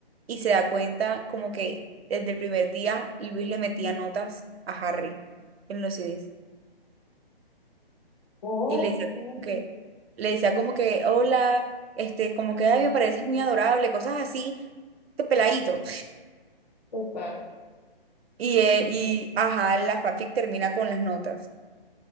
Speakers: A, on the right; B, on the left.
A: y se da cuenta como que desde el primer día Luis le metía notas a Harry en los CDs.
B: Oh,
A: Y le decía como
B: oh,
A: que, le decía como que, hola, este, como que, ay, me pareces muy adorable, cosas así, este peladito.
B: total. O
A: Y, eh, y ajá, la fanfic termina con las notas.